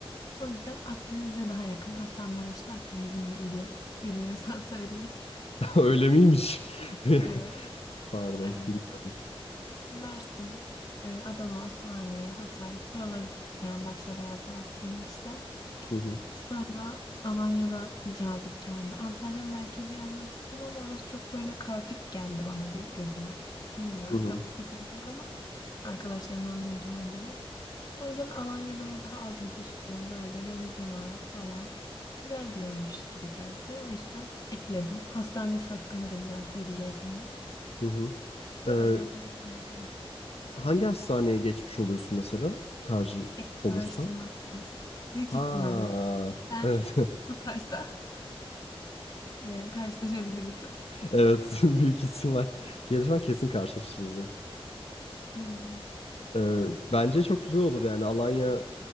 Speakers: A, on the left; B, on the left.
A: O yüzden Akdeniz bize daha yakın. Hatta Maraş'ta Akdeniz'in bir ili. Bilmiyorsan <laughs> söyleyeyim.
B: <laughs> Öyle miymiş? <laughs>
A: Evet.
B: Pardon,
A: Ee,
B: bilmiyorum.
A: Mersin, e, Adana, Osmaniye, Hatay. Buraları tut- yani başlara yazdım aslında işte.
B: Hı hı
A: Sonra Alanya'da bir cazip geldi. Antalya merkezi yazmak istedim ama orası çok böyle kaotik geldi bana bir gözüme. Bilmiyorum
B: hı hı.
A: çok bir fikrim yok ama arkadaşlarımdan duyduğuma göre. O yüzden Alanya böyle daha az nüfuslu, böyle denizi var falan. Güzel bir yermiş gibi geldi. O yüzden ekledim. Hastanesi hakkında da biraz bilgi edindim.
B: hı hı.
A: Ve
B: Ee,
A: Oraya yazmaya karar verdim.
B: hangi hastaneye geçmiş oluyorsun mesela? Tercih
A: Eğitim
B: olursa?
A: Araştırma Hastanesi. Büyük
B: Ha,
A: ihtimalle sen
B: evet. <laughs>
A: <laughs> bu taşta e, karşılaşabiliriz.
B: Evet, <laughs> büyük ihtimal. Gelirsen kesin karşılaşırız
A: <laughs> Aynen.
B: Ee, bence çok güzel olur yani Alanya